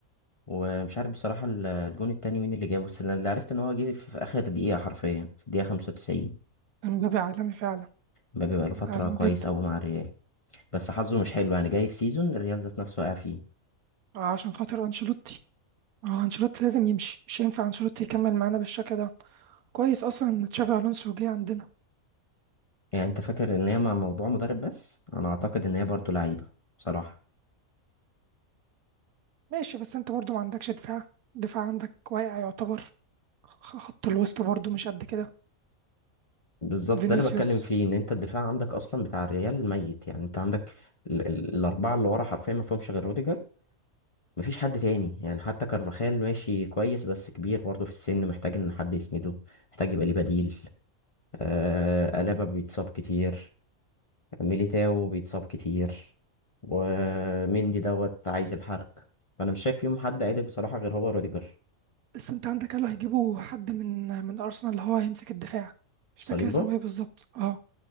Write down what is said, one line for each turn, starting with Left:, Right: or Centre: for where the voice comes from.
Left: ومش عارف بصراحة ال- الجون التاني مين اللي جابه بس أنا اللي عرفت ان هو جه في اخر دقيقة حرفيا في الدقيقة 95
Right: امبابي عالمي فعلا
Left: امبابي بقاله فترة
Right: عالمي
Left: كويس
Right: جدا
Left: قوي مع الريال بس حظه مش حلو يعني جاي في سيزون الريال ذات نفسه واقع فيه
Right: آه، عشان خاطر انشيلوتي اه انشيلوتي لازم يمشي مش ينفع انشيلوتي يكمل معانا بالشكل ده كويس اصلا ان تشافي الونسو جه عندنا
Left: يعني انت فاكر ان هي مع موضوع مدرب بس انا اعتقد ان هي برضه لعيبة بصراحة
Right: ماشي بس انت برضو ما عندكش دفاع الدفاع عندك واقع يعتبر خ- خط الوسط برضو مش قد كده
Left: بالظبط
Right: فينيسيوس
Left: ده اللي بتكلم فيه ان انت الدفاع عندك اصلا بتاع الريال ميت يعني انت عندك ال- ال- الاربعه اللي ورا حرفيا ما فيهمش غير روديجر مفيش حد تاني يعني حتى كارفاخال ماشي كويس بس كبير برضه في السن محتاج ان حد يسنده محتاج يبقى ليه بديل آه الابا بيتصاب كتير ميليتاو بيتصاب كتير ومندي دوت عايز الحرق فانا مش شايف فيهم حد عادل بصراحه غير هو روديجر
Right: بس انت عندك قالوا هيجيبوا حد من من ارسنال اللي هو هيمسك الدفاع
Left: صليبه
Right: مش فاكر اسمه ايه بالظبط اه